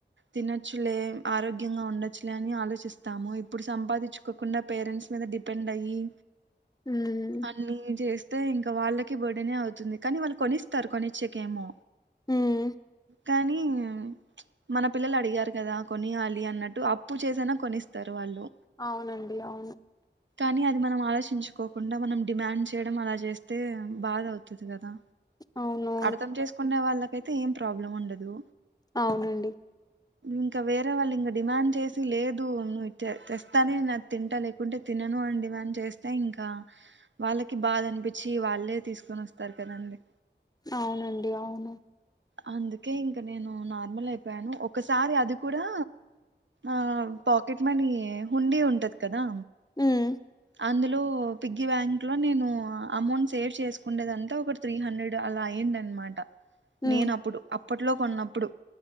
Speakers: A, on the right (about 80°); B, on the left (about 20°).
A: తినచ్చులే ఆరోగ్యంగా ఉండొచ్చులే అని ఆలోచిస్తాము ఇప్పుడు సంపాదించుకోకుండా పేరెంట్స్ మీద డిపెండ్ అయ్యి
B: ఉమ్
A: అన్నీ జెస్ స్తే ఇంకా వాళ్ళకి బర్డనే అవుతుంది కానీ వాళ్ళకి కొనిస్తారు కొనిచ్చకేమో
B: ఉమ్
A: కాని ప్చ్ మన పిల్లలు అడిగారు కదా కొనియాలి అన్నట్టు అప్పు చేసనా కొనిస్తారు వాళ్ళు
B: అవునండి అవును
A: కానీ అది మనం ఆలోచించుకోకుండా మనం డిమాండ్ చేయడం అలా చేస్తే బాధ అవుతుంది కదా
B: అవును
A: అర్ధం చేసుకునే వాళ్ళకి అయితే ఏం ప్రాబ్లం ఉండదు
B: అవునండి
A: ఇంకా వేరే వాళ్ళు ఇంక డిమాండ్ చేసి లేదు నువ్వు ఇట తెస్తానే నేన్ అది తింటా లేకుంటే తినను అని డిమాండ్ చేస్తే ఇంకా వాళ్ళకి బాధ అనిపి వచ్చి వాళ్ళే తీసుకొని వస్తారు కదండి
B: అవునండి అవును
A: అందుకే ఇంక నేను నార్మల్ అయిపోయాను ఒకసారి అది కూడా ఆ పాకెట్ మనీ హుండి ఉంటది కదా
B: మ్మ్
A: అందులో పిగ్గిీ బ్యాంక్ లో నేను అ అమౌంట్ సేవ్ చేసుకుండేదంత ఒక త్రీ హండ్రెడ్ అలా ఏంటనమాట
B: ఉమ్
A: నేను అప్పుడు అప్ అప్పట్లో కొన్నప్పుడు